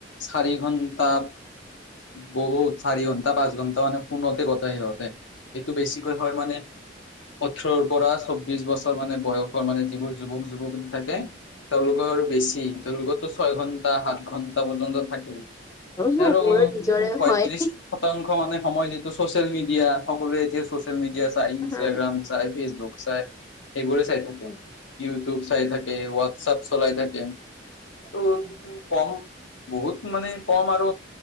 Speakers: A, on the left (about 80°); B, on the left (about 15°).
A: চাৰি ঘন্টা বহুত চাৰি ঘণ্টা, পাঁচ ঘণ্টা মানে- ফোনতে কটাই সিহঁতে। এইটো বেছিকৈ হয় মানে ওঠৰৰ পৰা চৌবিশ বছৰ মানে বয়স- মানে যিবোৰ যুৱক যুৱতী থাকে তেওঁলোকৰ আৰু বেছি তেওঁলোকতো ছয় ঘন্টা সাত- ঘণ্টা পৰ্যন্ত থাকে। ইয়াৰ
B: হয়, মোৰো নিজৰে
A: পয়ত্ৰশ-
B: হয়
A: শতাংশ মানে সময় যিটো চচিয়েল মিডিয়া সকলোৱে এতিয়া চচিয়েল মিডিয়া চাই ইনষ্টাগ্ৰাম।
B: হা।
A: তাইপিছ ঘোচাই সেইবোৰে চাই থাকে,
B: উম।
A: য়ো- টোব চাই থাকে, হোৱাটছঅপ চলাই থাকে। আৰু কম- বহুত মানে কম আৰু